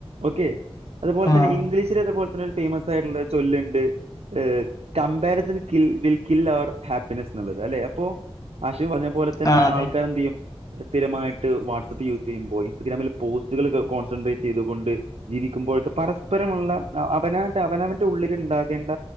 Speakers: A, on the right; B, on the left.
A: ഓക്കെ അതുപോലെ തന്നെ
B: ആഹ്
A: ഇംഗ്ഗീഷ്കു അതുപോലെ തന്നെ ഫേമസ് ആയിട്ടുള്ള ഒരു ചൊല്ലുണ്ട് <unintelligible> ബിൽ കിൽ അവർ ഹാപ്പിനെസ് ന്ന്ള്ളത് അല്ലെ അപ്പോ ആശിം പറഞ്ഞു. അതുപോലെ തന്നെ
B: ആഹ് അതെ
A: ആൾക്കാരെന്ത് ചെയ്യും സ്ഥിരമായിട്ട് വാട്സാപ്പ് യൂസ് ചെയ്യുമ്പോ ഇൻസ്റ്റഗ്രാമിൽ <unintelligible> പോസ്റ്റുകൾ കൊക്കെ കോൺസെൻട്രേറ്റ് ചെയ്തുകൊണ്ട് ജീവുമ്പോഴൊക്കെ പരസ്പരമുള്ള അവനാന്റെ അവനവന്റെ ഉള്ളിൽ ഉണ്ടാകേണ്ട